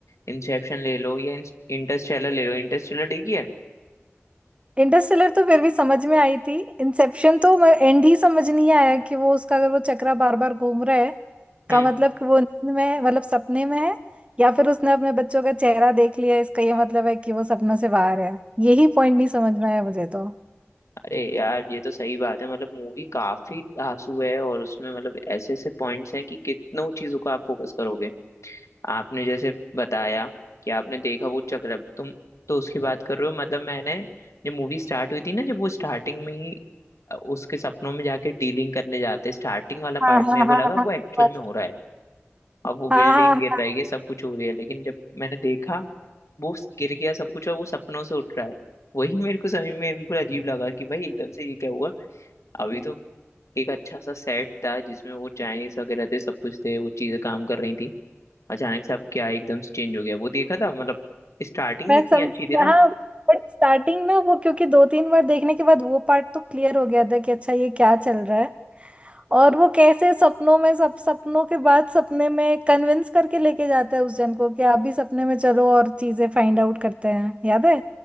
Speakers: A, on the left (about 85°); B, on the right (about 25°).
A: इंसेप्शन ले लो या इंटरस्टेलर ले लो इंटरस्टेलर देखी है
B: इंटरस्टेलर तो फिर भी समझ में आई थी इंसेप्शन तो एंड ही समझ नहीं आया कि वो उसका अगर वो चक्रा बार बार घूम रहा है का
A: हम्म
B: मतलब कि वो नींद में है मतलब सपने में है या फिर उसने अपने बच्चों का चेहरा देख लिया इसका ये मतलब है कि वो सपनों से बाहर है यही पॉइंट नहीं समझ में आया मुझे तो
A: अरे यार ये तो सही बात है मतलब मूवी काफी धांसू है और उसमें मतलब ऐसे ऐसे पॉइंट्स हैं कि कितनों चीजों को आप फोकस करोगे आपने जैसे बताया कि आपने देखा वो चक्रम तुम तो उसकी बात कर रहे हो मतलब मैंने जब मूवी स्टार्ट हुई थी ना जब वो स्टार्टिंग में ही अ, उसके सपनों में जाके डीलिंग करने जाते स्टार्टिंग वाला पार्ट
B: हाँ हाँ
A: मेरे को
B: हाँ
A: लगा वो
B: हाँ
A: एक्चुअल
B: हाँ
A: में हो रहा है अब वो बिल्डिंग
B: हाँ हाँ,
A: गिर
B: हाँ,
A: रही है सब कुछ हो रही है लेकिन जब मैंने देखा वो स- गिर गया सब कुछ और वो सपनों से उठ रहा है वही मेरे को समझ में बिल्कुल अजीब लगा कि भाई एकदम से ये क्या हुआ अभी तो एक अच्छा सा सेट था जिसमें वो चाइनीस वगैरह थे सब कुछ थे वो चीजें काम कर रही थी अचानक से अब क्या एकदम से चेंज हो गया वो देखा था मतलब स्टार्टिंग
B: मैं
A: ही इतनी
B: समझ
A: अच्छी थी ना
B: हाँ बट स्टार्टिंग में वो क्योंकि दो तीन बार देखने के बाद वो पार्ट तो क्लियर हो गया था कि अच्छा ये क्या चल रहा है और वो कैसे सपनों में सब सपनों के बाद सपने में कन्विंस करके लेके जाता है उस जन को कि आप भी सपने में चलो और चीजें फाइंड आउट करते हैं याद है